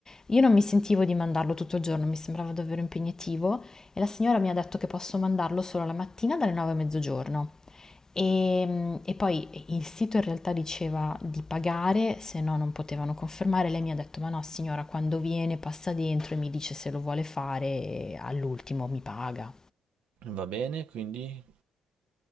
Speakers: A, on the left; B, on the right.
A: Io non mi sentivo di mandarlo tutto il giorno, mi sembrava davvero impegnativo e la signora mi ha detto che posso mandarlo solo la mattina dalle 9 a mezzogiorno. E, mm, e poi il sito in realtà diceva di pagare, se no non potevano confermare. Lei mi ha detto: Ma no, signora, quando viene passa dentro e mi dice se lo vuole fare, e all'ultimo mi paga.
B: Va bene, quindi...